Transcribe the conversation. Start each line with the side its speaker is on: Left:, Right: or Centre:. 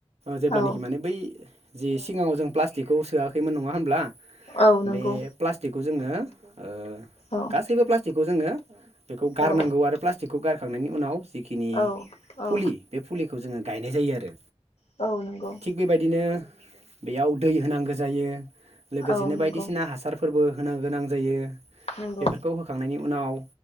Right: जेब्लानाखि
Left: औ
Right: माने बै जि सिगाङाव जों प्लास्टिकखौ सोआखैमोन नङा होमब्ला।
Left: औ नंगौ
Right: बे प्लास्टिकखौ जोङो ओ
Left: औ
Right: गासैबो प्लास्टिक बेखौ जोङो बेखौ गारनांगौ
Left: औ
Right: आरो प्लास स्टिकखौ गारखांनायनि उनाव जि खिनि
Left: औ
Right: फुलि
Left: औ
Right: बे फुलि जोङो गायनाय जायो आरो
Left: औ नंगौ
Right: थिग बेबायदिनो बेयाव दै होनांगो जायो लोगोसेनो
Left: औ नंगौ
Right: बायदिसिना हासारफोरबो होनो गोनां जायो
Left: नंगौ
Right: बेफोरखौ होखांनायनि उनाव